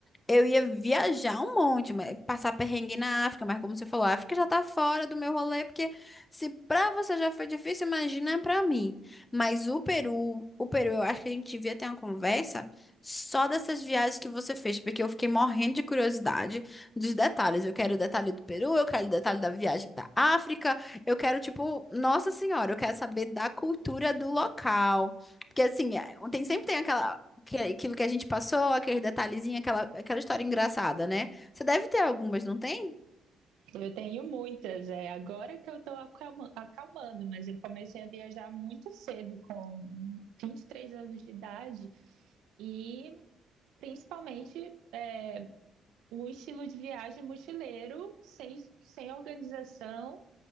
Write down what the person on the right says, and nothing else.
Eu tenho muitas, é agora que eu estou acalmando, mas eu comecei a viajar muito cedo, com 23 anos de idade, e principalmente é, um estilo de viagem mochileiro, sem, sem organização